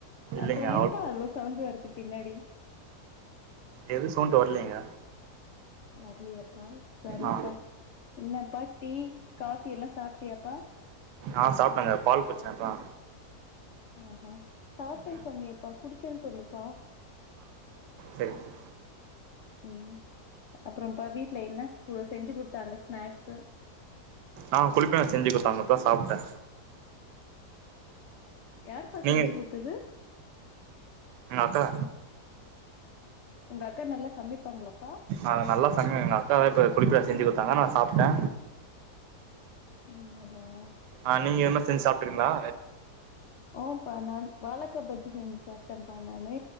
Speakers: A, on the right; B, on the left.
A: இல்லைங்க
B: அப்பற ஏயப்பா அவ்ளோ சவுண்ட் வருது பின்னாடி
A: எதும் சவுண்ட் வரலங்க
B: வரலியாப்பா சரிப்பா
A: ஆ
B: என்னப்பா டீ காஃபி எல்லா சாப்ட்டியாப்பா
A: ஆஹ்ன் சாப்ட்டங்க்கா பால் குடிச்ச இப்பதா
B: ஆஹான் சாப்பிட்டன்னு
A: ம்
B: சொன்னியேப்பா குடிச்சன்னு சொல்லுப்பா
A: சேரிங்க
B: ம் அப்பறம்ப்பா வீட்டுல என்ன செஞ்சு குடுத்தாங்க ஸ்நாக்ஸு
A: ஆஹ்ன் குளிப் பனியார செஞ்சு கொடுத்தாங்க இப்பதா சாப்ட்ட
B: யார்ப்பா
A: நீங்க
B: செஞ்சு குடுத்தது
A: எங்க அக்கா
B: உங்க அக்கா நல்லா சமைப்பாங்களாப்பா
A: ஆஹ்ன் நல்லா சமைக்கும் எங்க அக்கா தா இப்போ குளிப்பனியார செஞ்சு கொடுத்தாங்க நா சாப்ட்ட
B: ஆமாவா
A: ஆஹ நீங்க எதுன செஞ்சு சாப்ட்டுறீங்களா
B: ஓம்ப்பா நான் வாழைக்கா பஜ்ஜி செஞ்சு சாப்பிட்டன்ப்பா நானு